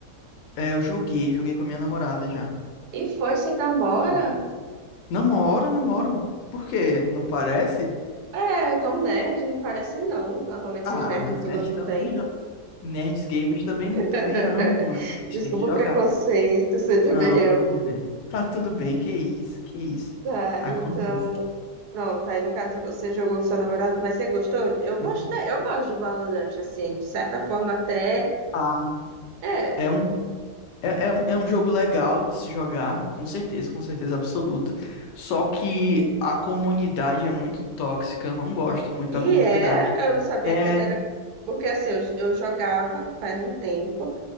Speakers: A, on the left (about 85°); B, on the right (about 75°).
A: É, eu joguei, joguei com a minha namorada já.
B: E foi sem demora?
A: Uhum. Namoro, namoro. Por quê? Não parece?
B: É, tão nerd, não parece não. Normalmente
A: Ah,
B: esses nerds
A: mas
B: todo
A: nerd
B: mundo
A: também.
B: tem.
A: jo- Nerds gamers também,
B: <laughs>
A: também amam, né? A
B: Desculpa
A: gente tem que jogar.
B: o preconceito, você também
A: Não, tá
B: amo.
A: tudo bem. Tá tudo bem, que isso, que isso.
B: Tá,
A: Acontece.
B: então. Pronto, aí no caso você jogou com seu namorado, mas você gostou? Eu gostei,
A: Uhum.
B: eu gosto de Valorant, assim, de certa forma até.
A: Ah,
B: É.
A: é um, é, é um, é um jogo legal de se jogar, com certeza, com certeza absoluta. Só que a comunidade é muito tóxica, eu não gosto muito
B: E
A: da comunidade.
B: é, eu não sabia
A: É.
B: que ele era. Porque assim, eu, eu jogava faz um tempo,